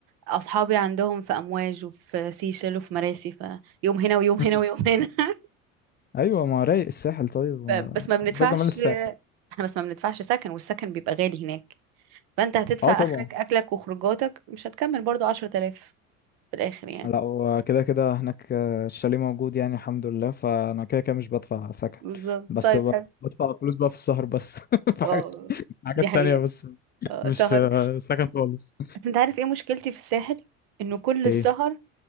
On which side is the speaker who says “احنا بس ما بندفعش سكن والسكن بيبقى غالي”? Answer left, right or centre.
Right